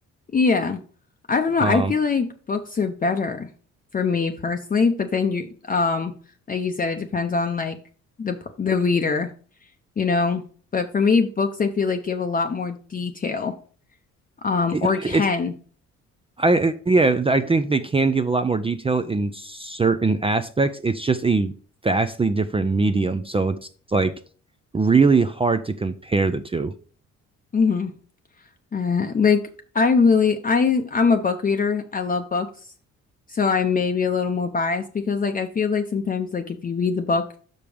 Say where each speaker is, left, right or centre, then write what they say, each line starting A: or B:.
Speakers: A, on the left (about 30°); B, on the right (about 20°).
A: Yeah. I don't know.
B: Um
A: I feel like books are better for me personally, but then you um like you said it depends on like the per- the reader, you know? But for me, books I feel like give a lot more detail um
B: it,
A: or
B: it's
A: can.
B: I yeah, I think they can give a lot more detail in certain aspects. It's just a vastly different medium, so it's like really hard to compare the 2
A: Mm-hmm. Uh, like I really I I'm a book reader. I love books. So I may be a little more biased because like I feel like sometimes like if you read the book